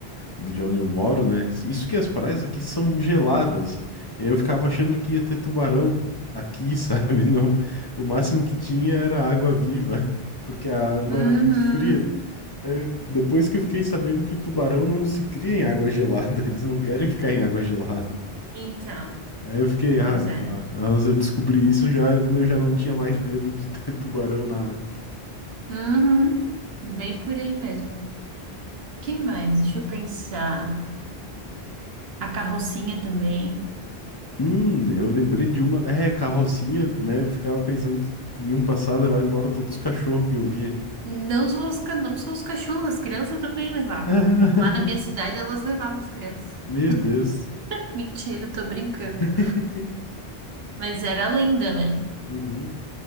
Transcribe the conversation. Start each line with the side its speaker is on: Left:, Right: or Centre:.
Left: de onde eu moro, né? Isso que as praias aqui são geladas. Eu ficava achando que ia ter tubarão aqui, <laughs> sabe? Não, o máximo que tinha era água viva, <laughs> porque a água
Right: Uhum.
Left: era muito fria. É, depois que eu fiquei sabendo que tubarão não se cria em água gelada, <laughs> eles não querem ficar em água gelada.
Right: Então,
Left: Aí eu fiquei,
Right: pois
Left: ah,
Right: é.
Left: ah, mas eu descobri isso já quando eu já não tinha mais medo de ter tubarão na água.
Right: Uhum. Bem por aí mesmo. Que mais? Deixa eu pensar. A carrocinha também.
Left: Hum, eu lembrei de uma. É, carrocinha, né? Eu ficava pensando que iam passar, levar embora todos os cachorros que eu via.
Right: Não só os, ca- não só os cachorros, as crianças também levavam.
Left: <laughs>
Right: Lá na minha cidade elas levavam as crianças.
Left: Meu Deus.
Right: <laughs> Mentira, tô brincando.
Left: <laughs>
Right: Mas era linda, né?
Left: Uhum.